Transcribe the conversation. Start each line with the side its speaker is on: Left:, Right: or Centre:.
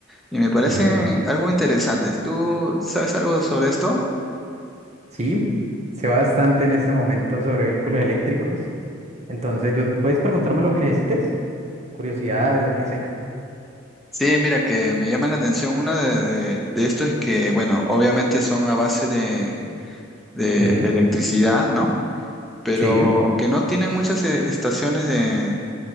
Centre: y me parecen
Right: ujú.
Centre: algo interesantes. ¿Tú sabes algo sobre esto?
Right: Sí, sé bastante en este momento sobre vehículos eléctricos, entonces yo puedes preguntarme lo que necesites, curiosidades, lo que sea.
Centre: Sí, mira que me llama la atención. Una de, de, de esto es que, bueno, obviamente son a base de, de
Right: Ujú,
Centre: electricidad, ¿no? Pero
Right: Sí,
Centre: que no tienen muchas eh, estaciones de,